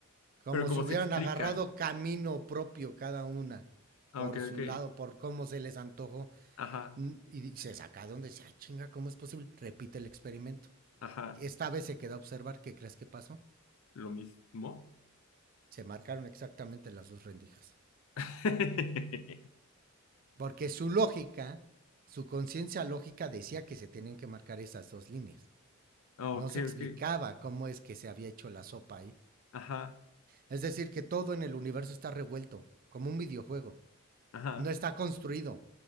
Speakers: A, on the right; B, on the left.
A: como
B: pero como
A: si hubieran
B: se explica.
A: agarrado camino propio cada una,
B: Ah,
A: por
B: Ok, ok.
A: su lado, por cómo se les antojó.
B: Ajá,
A: Mm, Y se saca de donde dice, ah, chinga, ¿cómo es posible? Repite el experimento.
B: ajá.
A: Esta vez se queda a observar, ¿qué crees que pasó?
B: lo mismo.
A: Se marcaron exactamente las dos rendijas.
B: <laughs>
A: Porque su lógica, su conciencia lógica decía que se tenían que marcar esas dos líneas.
B: Ok,
A: No se
B: ok.
A: explicaba cómo es que se había hecho la sopa ahí.
B: Ajá,
A: Es decir, que todo en el universo está revuelto, como un videojuego.
B: ajá.
A: No está construido.